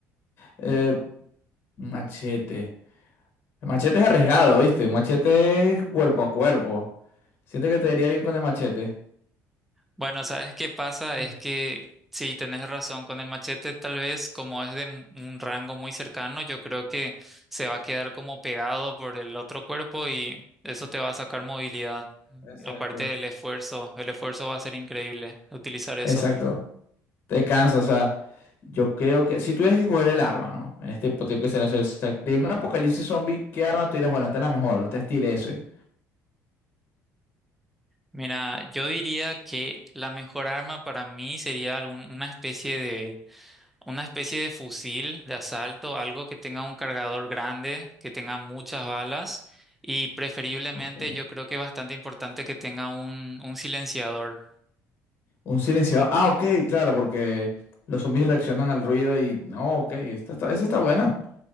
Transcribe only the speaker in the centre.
Bueno, ¿sabes qué pasa?
Es que sí, tenés razón, con el machete tal vez como es de m- un rango muy cercano, yo creo que se va a quedar como pegado por el otro cuerpo y eso te va a sacar movilidad.
Aparte del esfuerzo, el esfuerzo va a ser increíble utilizar eso.
Mira, yo diría que la mejor arma para mí sería algún- una especie de Una especie de fusil de asalto, algo que tenga un cargador grande, que tenga muchas balas y preferiblemente
yo creo que es bastante importante que tenga un, un silenciador.